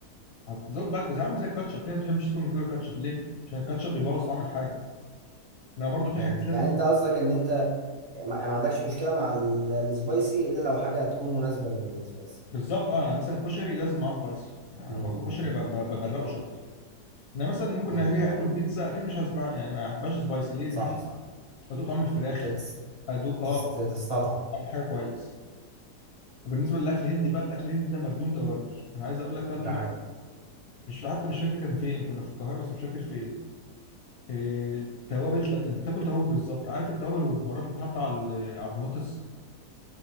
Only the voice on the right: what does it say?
فهمتك
يعني انت قصدك ان انت ما يعني ما عندكش مشكله مع ال- السبايسي الا لو حاجه تكون مناسبه للسبايسي
امم
فهمت
صح
صح
تت-
تست- تستطعم
ده حقيقي